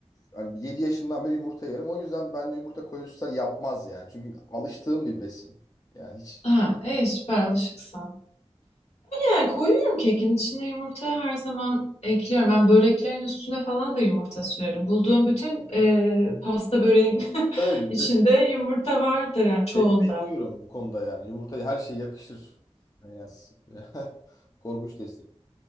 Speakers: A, on the left; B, on the left.
A: hani 7 yaşından beri yumurta yerim. O yüzden ben de yumurta kolesterol yapmaz yani. Çünkü alıştığım bir besin. Yani hiç
B: Ha, e, süper alışıksan. Yani koyuyorum kekin içine yumurta her zaman ekliyorum. Ben böreklerin üstüne falan da yumurta sürerim. Bulduğum bütün e, pasta böreğin <laughs>
A: Öyle.
B: içinde
A: <laughs>
B: yumurta vardır yani çoğunda.
A: Destekliyorum bu konuda yani. Yumurta her şeye yakışır. Yani s- <laughs> korkunç destek.